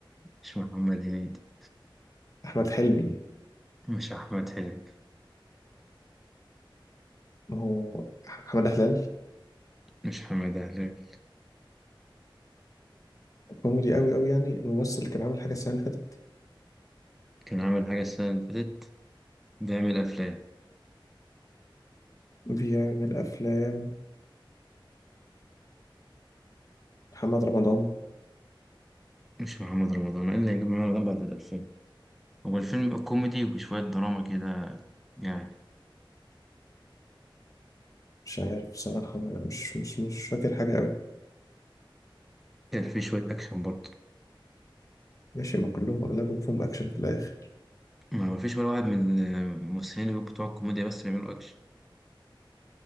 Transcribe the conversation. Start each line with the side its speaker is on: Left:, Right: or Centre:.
Centre: مش محمد هنيدي
Left: أحمد حلمي
Centre: مش أحمد حلمي
Left: ما هو أحمد هلال
Centre: مش حماد هلال
Left: كوميدي قوي قوي يعني الممثل اللي كان عامل حاجة السنة اللي فاتت
Centre: كان عامل حاجة السنة اللي فاتت بيعمل أفلام
Left: بيعمل أفلام محمد رمضان
Centre: مش محمد رمضان إيه اللي هيجيب محمد رمضان بعد الألفين هو الفيلم يبقى كوميدي وشوية دراما كده يعني
Left: مش عارف بصراحة ما- مش مش مش فاكر حاجة قوي
Centre: كان فيه شوية أكشن برضه
Left: ماشي ما كلهم أغلبهم فيهم أكشن في الآخر
Centre: ما فيش ولا واحد من الممثلين اللي بتوع الكوميديا بس بيعملوا اكشن